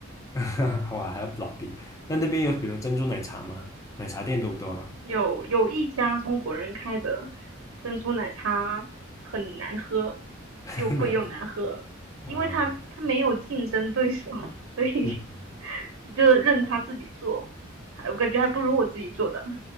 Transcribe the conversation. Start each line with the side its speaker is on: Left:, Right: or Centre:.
Left: <laughs> 好啊，还有老毕，那那边有比如珍珠奶茶吗？奶茶店多不多啊？
Right: 有有一家中国人开的珍珠奶茶很难喝，
Left: <laughs>
Right: 又贵又难喝，
Left: 奶
Right: 因为他他没有竞争对手，
Left: 啊，呃
Right: <laughs> 所以
Left: 嗯，
Right: 就任他自己做，还我感觉还不如我自己做的。